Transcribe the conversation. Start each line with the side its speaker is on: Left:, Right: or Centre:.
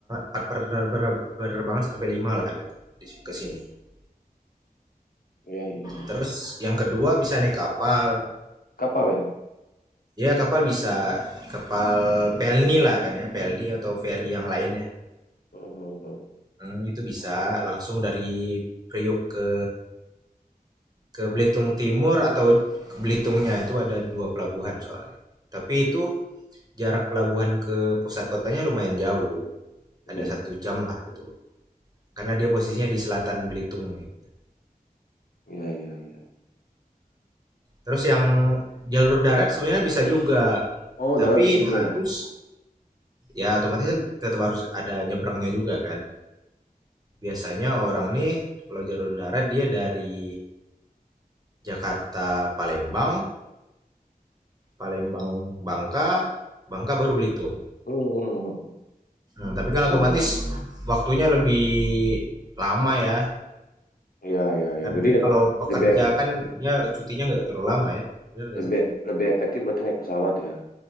Right: penerbangan, sampai lima lah gitu si- ke sini.
Left: iya iya. iya,
Right: Terus
Left: iya.
Right: yang kedua bisa naik kapal.
Left: Kapal ya?
Right: Ya kapal bisa kapal pelni lah kan ya, pelni atau ferry yang lainnya.
Left: Hmm, hmm, hmm.
Right: Hmm, itu bisa
Left: Oh
Right: langsung dari Priok ke ke Belitung Timur atau ke Belitungnya itu ada dua pelabuhan soalnya. Tapi itu jarak pelabuhan ke pusat kotanya lumayan jauh.
Left: iya
Right: Ada
Left: iya
Right: satu jam lah gitu. Karena dia posisinya di selatan Belitung gitu.
Left: iya iya. iya.
Right: Terus yang jalur darat sebenarnya bisa juga,
Left: Oh
Right: tapi
Left: darat juga.
Right: harus ya otomatis kan tetap harus ada nyebrangnya juga kan. Biasanya orang nih kalau jalur darat dia dari Jakarta Palembang, Palembang Bangka, Bangka baru Belitung.
Left: Hmm, hmm, hmm.
Right: Hmm, tapi kan
Left: Iya.
Right: otomatis waktunya lebih lama ya.
Left: Iya, iya, iya.
Right: Kadang
Left: Jadi
Right: kan kalau pekerja
Left: lebih efektif.
Right: kan dia cutinya nggak terlalu lama ya, benar nggak
Left: Lebih,
Right: sih?
Left: lebih efektif berarti naik pesawat ya.